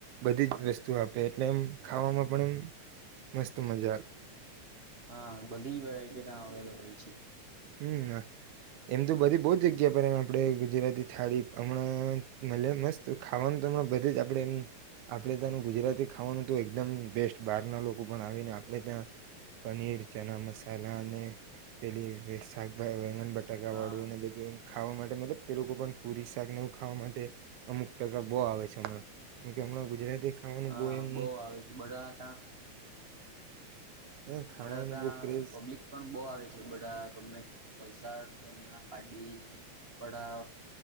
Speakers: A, on the right; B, on the right.
A: બધી જ વસ્તુ આપે એટલે એમ ખાવામાં પણ એમ મસ્ત મજા આવે.
B: હા બધી વેરાઈટી ત્યા અવેલેબલ છે.
A: હમ એમ તો બધી બો જગ્યા પર એમ આપણે ગુજરાતી થાળી હમણાં <unintelligible> મસ્ત ખાવાનું તો હમણાં બધે જ આપણેે એમ આપણેે ત્યાંનું ગુજરાતી ખાવાનું તો એકદમ બેસ્ટ બહાર ના લોકો પણ આવી ને આપણે ત્યાં પનીર ચણા મસાલા અને પેલી <unintelligible> વેગન બ ટકા
B: હા
A: વાળું ને બીધું એમ ખાવા માટે મતલબ તે લોકો પણ પુરી શાકને એવું ખાવા માટે અમુક ટકા બો આવે છે હમણાં કેમકે હમણાં ગુજરાતી ખાવાનું
B: હા
A: બહુ એમ
B: બો આવે છે બધા હતા
A: અ ખાવાનું
B: બધા તા
A: બહુ ક્રેઝ
B: પબ્લિક પણ બો આવે છે બધા ગમે વલસાડ તો અના પાડીને બડા